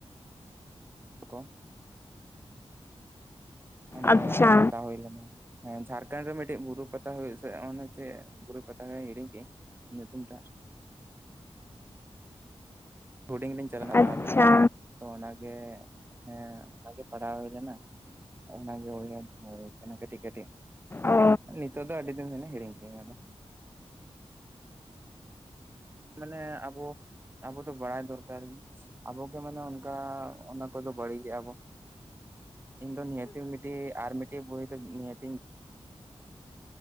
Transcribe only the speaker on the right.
ᱦ ᱠᱚ ᱚᱸᱰᱮ
ᱦᱟᱛᱟᱣ ᱦᱩᱭ ᱞᱮᱱᱟ᱾ ᱦᱮᱸ ᱡᱷᱟᱲᱠᱷᱚᱱᱰ ᱨᱮ ᱢᱤᱫᱴᱮᱡ ᱵᱩᱨᱩ ᱯᱟᱛᱟ ᱦ ᱦᱩᱭᱩᱜ ᱥᱮ ᱮ ᱪᱮᱫ ᱵᱩᱨᱩ ᱯᱟᱛᱟ ᱦᱩᱭᱩᱜ ᱦᱤᱲᱤᱧ ᱠᱮᱫᱮᱜᱼᱟᱹᱧ ᱧᱩᱛᱩᱢ ᱛᱟᱭ ᱦᱩᱰᱤᱧ ᱞᱤᱧ ᱪᱟᱞᱟᱣ ᱦᱟᱛᱟᱣ
ᱞᱮᱫᱟ ᱛᱚ ᱚᱱᱟᱜᱮ ᱦᱮᱸ ᱚᱱᱟᱜᱮ ᱯᱟᱲᱦᱟᱣ ᱦᱩᱭ ᱞᱮᱱᱟ᱾ <unintelligible> ᱠᱟᱴᱤᱡ ᱠᱟᱴᱤᱡ
ᱱᱤᱛᱚᱜ ᱫᱚ ᱟᱹᱰᱤ ᱫᱤᱱ ᱦ ᱦᱤᱲᱤᱧ ᱠᱤᱧ ᱟᱫᱚ ᱢᱟᱱᱮ ᱟᱵᱚᱼᱼ ᱟᱵᱚ ᱫᱚ ᱵᱟᱲᱟᱭ ᱫᱚᱨᱠᱟᱨ ᱟᱵᱚᱜᱮ ᱢᱟᱱᱮ ᱚᱱᱠᱟ ᱚᱱᱟ ᱠᱚᱫᱚ ᱵᱟᱹᱲᱤᱡ ᱜᱮᱼᱟ ᱵᱚᱼᱼ ᱤᱧ ᱫᱚ ᱱᱤᱦᱟᱹ ᱢᱤᱫᱴᱤᱡ ᱟᱨ ᱢᱤᱫᱴᱮᱱ ᱵᱳᱭ ᱫᱚ ᱱᱤᱦᱟᱹᱧ